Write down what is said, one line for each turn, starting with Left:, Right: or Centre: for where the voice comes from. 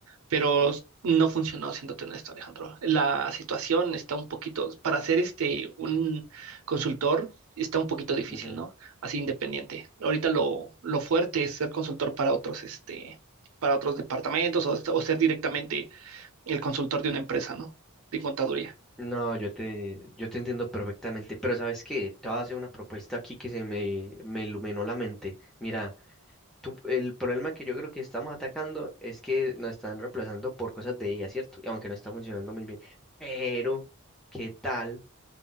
Right: pero no funcionó, siéndote honesto, Alejandro. La situación está un poquito, para ser este, un consultor, está un poquito difícil,
Centre: Ujú.
Right: ¿no? Así independiente. Ahorita lo, lo fuerte es ser consultor para otros, este, para otros departamentos o, o ser directamente el consultor de una empresa, ¿no? De contaduría.
Centre: No, yo te, yo te entiendo perfectamente, pero ¿sabes qué? Te voy a hacer una propuesta aquí que se me, me iluminó la mente. Mira, tú- el problema que yo creo que estamos atacando es que nos están reemplazando por cosas de IA, ¿cierto? Y Aunque no está funcionando muy bien. Pero, ¿qué tal